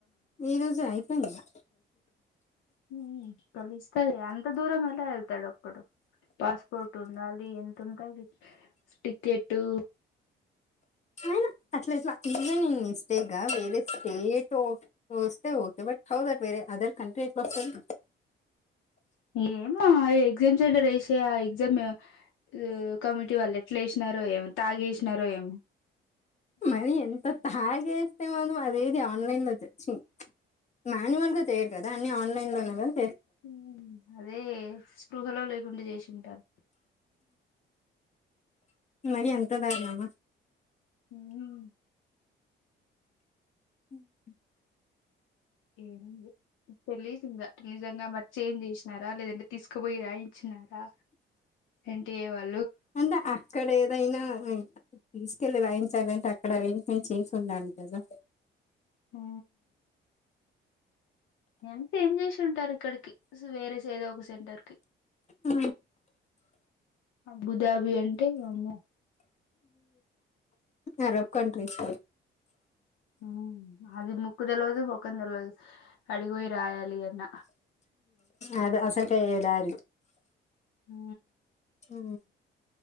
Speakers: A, on the left (about 35°); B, on the left (about 80°).
A: ఏ రోజే అయిపేయిందా
B: ఉహ్ కలుస్తది. అంత దూరం ఎలా ఏళ్తాడు ఒక్కడు. పాస్పోర్ట్ ఉండాలి, ఎంతుంటది. టికెట్టు
A: అయిన అట్లా ఎట్లా ఇమానిస్ బేగా వేరే స్టేటో వస్తే ఓకే బట్ హౌ దట్ వేరే అదర్ కంట్రీ ఎట్లో వసది.
B: ఏమో ఆ ఎగ్జామ్ సెంటర్ ఏశే ఆ ఎగ్జామో యో కమ్టీ వాళ్ళు ఎట్ల్ ఏష్ణరో ఏమో తాగ్ ఏష్ణరేమో
A: మరి ఇంత తాగేస్తే మనం అదేది ఆన్లైన్ లో తెచ్చి మాన్యువల్గా చేయరు కదా అన్ని ఆన్లైన్ లోనే గాద్
B: హు అదే స్పృహలో లేకుండా జేష్ ఉంటారు.
A: ఉ మరి అంతా దరునామా
B: ఉహూహ్
A: ఉహుహ్
B: ఏంలే తెలిద్ ఇంగా నిజంగా మర్ జేశనరా. లేదంటే తీసుకుబోయి రాయించిన్ నాకా ఎన్ టీ యేవర్.
A: అందా అక్కడెద్ ఏదైనా తీసుకెళ్ళి రాయించాలంటే అక్కడ అరేంజ్మెంట్ చేసి ఉండాలి కదా
B: ఉ ఎంత ఏం చేసి ఉంటారు ఇక్కడి కి వేరేస ఏదో ఒక సెంటర్ కి
A: ఉ
B: అబుదాబి అంటే అమో
A: అరబ్ కంట్రీస్
B: ఉ అది ముక్కు తెలవదు ముఖం తెలవదు అడికి పోఇ రాయాలి అన్న
A: అది అసకె ఏదారు
B: ఉ
A: ఉ